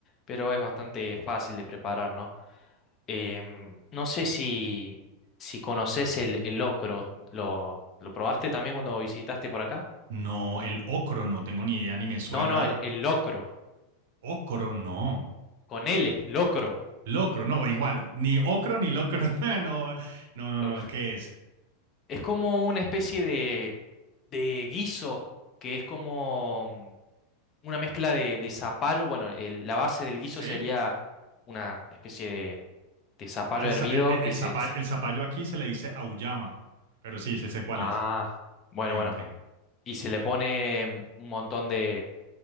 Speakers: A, on the left; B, on the right.
A: pero es bastante fácil de preparar, ¿no? Em, no sé si, si conoces el, el locro, ¿lo, lo probaste también cuando visitaste por acá?
B: No, el ocro, no tengo ni idea, ni me suena.
A: No, no, el, el locro,
B: Ocro, no.
A: con L, locro.
B: Locro, no, igual, ni ocro ni locro. <laughs> No, no, no,
A: <laughs>
B: no, ¿qué es?
A: Es como una especie de, de guiso, que es como una mezcla de, de zapallo. Bueno, el- la base del
B: ¿Sí?
A: guiso sería una especie de, de zapallo
B: Al
A: hervido
B: za- El, el,
A: que
B: el
A: se...
B: zapa-
A: se-
B: el zapallo aquí se le dice auyama, pero sí, sé, sé cuál
A: Ah,
B: es.
A: bueno,
B: Ok,
A: bueno.
B: ok.
A: Y se le pone un montón de,